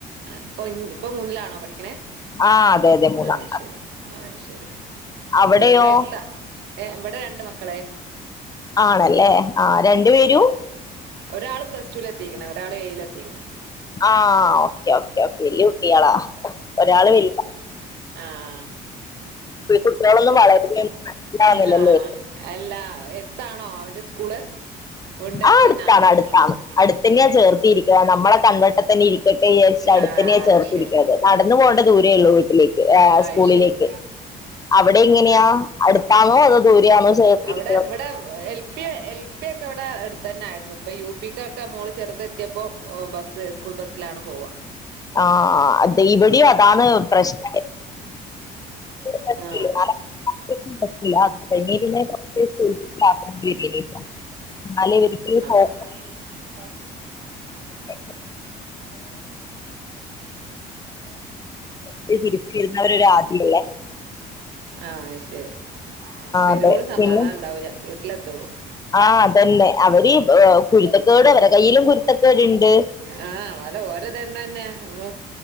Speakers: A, on the right; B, on the left.
A: ഇപ്പൊ ഇപ്പൊ മൂന്നിലാണോ പഠിക്കണേ
B: ആ അതെ അതെ മൂന്നാം
A: അയ്ശരി അയ്ശരി
B: അവിടെയോ
A: വീടിന്റെ എടുത്ത, ഇവിടെ രണ്ട് മക്കളെ
B: ആണല്ലേ ആ രണ്ടു പേരും
A: ഒരാൾ പ്ലസ് ടുവിൽ എത്തിക്ക്ണ്, ഒരാൾ ഏഴിൽ എത്തിക്ക്ണ്
B: ആഹ ഓക്കേ ഓക്കേ ഓക്കേ വല്യ കുട്ടികളാ ഒരാള് വലുത
A: ആആആ
B: കുട്ടികളൊന്നും വളരുന്ന മനസ്സിലാവുന്നില്ലല്ലേ
A: ആഹ അല്ല എടുത്താണോ അവന്റെ സ്കൂള് വീടിന്റെ
B: ആ
A: അടുത്ത്
B: അടുത്താണ്
A: തന്നെ ആണോ
B: അടുത്താണ്! അടുത്തന്നെയാ
A: ഉം.
B: ചേർത്തിരിക്ക നമ്മളെ കൺ വെട്ടെതന്നെ ഇരിക്ക ട്ട് വിചാരിച്ച് അടുത്തന്നെയ
A: ആ, അത്
B: ചേർത്തിരിക്കത്
A: ശരി.
B: നടന്ന പോകേണ്ട ദൂരേ ഉള്ളൂ വീട്ടിലേക്ക് ഏ
A: അത്
B: സ്കൂളിലേക്ക്
A: ശരി
B: അവിടെ എങ്ങനെയാ?
A: ആ
B: അടുത്താണോ അതോ ദൂരയാണോ ചേർത്തിരിക്കുന്നത്?
A: അവിടെ ഇവിടെ എൽ പി എൽ പി ഒക്കെ ഇവിടെ അടുത്ത് തന്നെയാരുന്നു ഇപ്പ യു പി ക്കൊക്കെ മോള് ചെറുതെത്തിയപ്പോ ഒ ബസ്സ് സ്കൂൾ ബസ്സിലാണ് പോവ
B: ആ അതെ ഇവിടെയും അതാണ് പ്രശ്നം പറ്റില്ല
A: ആ
B: <unintelligible>
A: <unintelligible>
B: <unintelligible> കുട്ടികളെ തിരിച്ചിരുന്നവരൊ ആദ്യല്ലേ
A: ആ ശരി വെരേുളം
B: അതെ
A: സമാധാനം
B: പിന്നെ
A: ഉണ്ടാവൂില്ല വീട്ടിലെത്തോളം
B: ആ അതന്നെ അവര് ഏ, കുരുത്തക്കേട് അവരെ കയ്യിലും കുരുത്തക്കേടുണ്ട്
A: ആ ആ ഓല ഓരോതെന്നെ െമ്മ